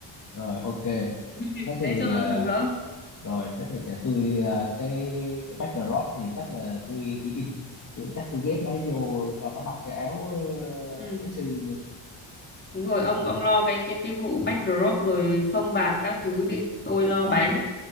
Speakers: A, on the left (about 35°); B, on the left (about 20°).
A: rồi ok
B: <laughs>
A: thế thì
B: thế cho nó
A: ờ,
B: rực rỡ
A: rồi thế thì để tôi ờ, cái cái backdrop thì chắc là tôi đi in tôi, chắc tôi ghép nó vô cho nó mặc cái áo ờ,
B: ừ.
A: Messi luôn đi
B: đúng rồi ông ông lo cái cái cái vụ backdrop rồi phông bạt các thứ đi tôi lo
A: rồi
B: bánh